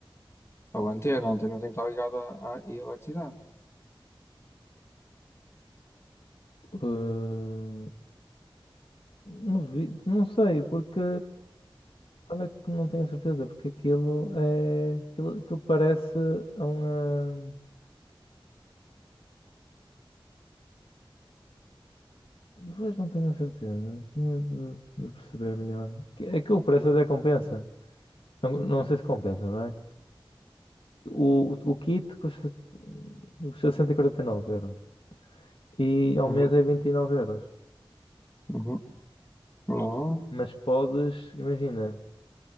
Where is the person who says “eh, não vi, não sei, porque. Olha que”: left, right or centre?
Left